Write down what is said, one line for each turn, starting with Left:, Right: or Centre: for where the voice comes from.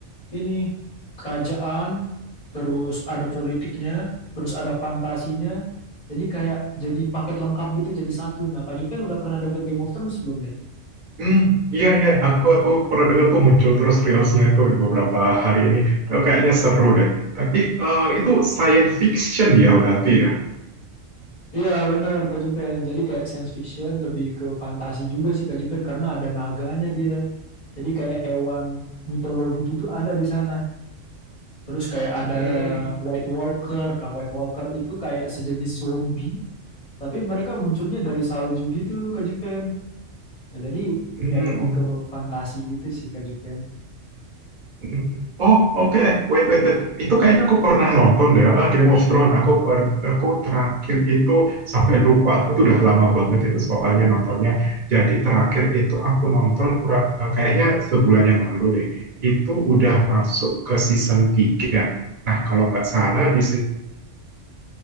Left: ini kerajaan, terus ada politiknya, terus ada fantasinya. Jadi kayak jadi paket lengkap gitu jadi satu. Nah, Kak Juven udah pernah denger Game of Thrones belum nih?
Right: Hmm, iya iya. Aku aku pernah dengar tuh muncul terus reelsnya itu di beberapa hari ini. Eh, kayaknya seru deh. Tapi eh, itu science fiction ya berarti ya?
Left: Iya bener Kak Juven. Jadi kayak science fiction lebih ke fantasi juga sih Kak Juven karena ada naganya dia. Jadi kayak hewan mitologi gitu ada di sana. Terus kayak ada
Right: Hmm,
Left: White Walker. Nah, White Walker itu kayak sejenis zombie, tapi mereka munculnya dari salju gitu, Kak Juven. Nah, jadi
Right: hmm,
Left: kayak lebih ke fantasi gitu sih, Kak Juven.
Right: Mm. Oh, oke. Wait, wait, wait. Itu kayaknya aku pernah nonton deh, ah, Game of Thrones. Aku per- aku terakhir itu sampai lupa. Aku itu udah lama banget itu soalnya nontonnya. Jadi terakhir itu aku nonton kurang eh, kayaknya sebulan yang lalu deh. Itu udah masuk ke season 3. Nah, kalau nggak salah di